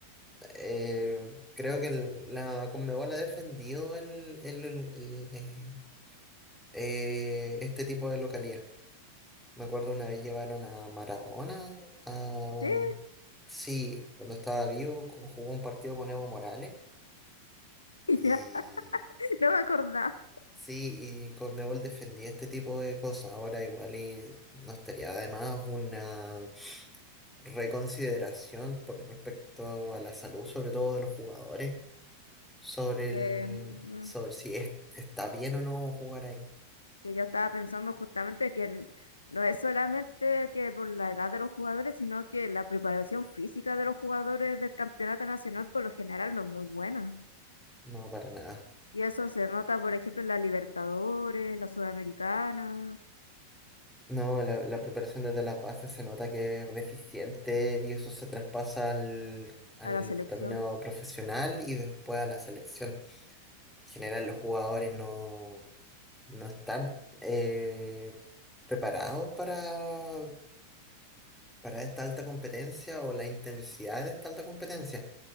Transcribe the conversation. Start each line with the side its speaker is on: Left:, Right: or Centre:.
Centre: eh, creo que el- la Conmebol ha defendido el, el- el- el, eh, eh, este tipo de localidad. Me acuerdo una vez llevaron a Maradona, a,
Left: <laughs>
Centre: sí, cuando estaba vivo, co- jugó un partido con Evo Morales
Left: Sí,
Centre: y
Left: ya, no me acordaba.
Centre: sí, y Conmebol defendía este tipo de cosas. Ahora igual y no estaría además una reconsideración por respecto a la salud, sobre todo de los jugadores. sobre
Left: Que,
Centre: el,
Left: mm,
Centre: sobre si es- está bien o no jugar ahí.
Left: que yo estaba pensando justamente que n- no es solamente que por la edad de los jugadores, sino que la preparación física de los jugadores del campeonato nacional por lo general no es muy buena.
Centre: No, para nada.
Left: Y eso se nota, por ejemplo, en la Libertadores, la Sudamericana,
Centre: No, la, la preparación desde las bases se nota que es deficiente y eso se traspasa al, al
Left: a la selección.
Centre: torneo profesional y después a la selección. En general, los jugadores no, no están eh, preparados para, para esta alta competencia o la intensidad de esta alta competencia,